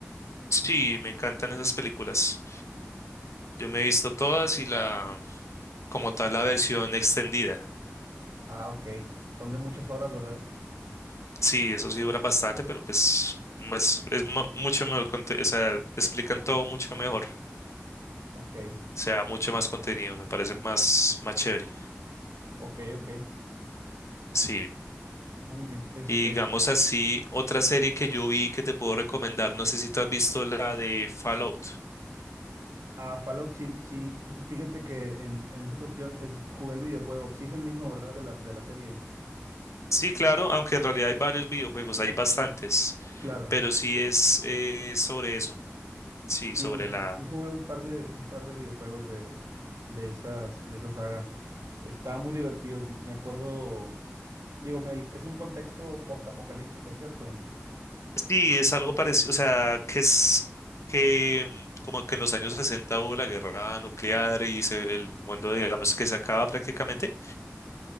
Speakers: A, on the left; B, on the right.
A: Sí, me encantan esas películas. Yo me he visto todas y la, como tal, la versión extendida.
B: Ah, ok. Son de muchas horas, ¿verdad?
A: Sí, eso sí dura bastante, pero pues es, es mu- mucho mejor, conte- o sea, explican todo mucho mejor.
B: Ok,
A: O sea, mucho más contenido, me parece más, más chévere.
B: ok, ok.
A: Sí.
B: Muy bien. Este,
A: Y digamos así, otra serie que yo vi que te puedo recomendar, no sé si tú has visto la de Fallout.
B: ah, Fallout, sí, sí, fíjate que en, en esa cuestión es, jugué el videojuego. Sí es el mismo, ¿verdad? De la, de la serie.
A: Sí, claro, aunque en realidad hay varios videojuegos, hay bastantes,
B: Claro.
A: pero sí es eh, sobre eso, sí,
B: Sí,
A: sobre
B: sí,
A: la...
B: sí jugué un par de, un par de videojuegos de, de esas, de esa saga. Estaban muy divertidos. Me acuerdo, digo, me- el- es un contexto postapocalíptico, ¿cierto?
A: Sí, es algo parecido, o sea, que es que mm, como que en los años 60 hubo la guerra nuclear y se- el mundo, digamos, que se acaba prácticamente.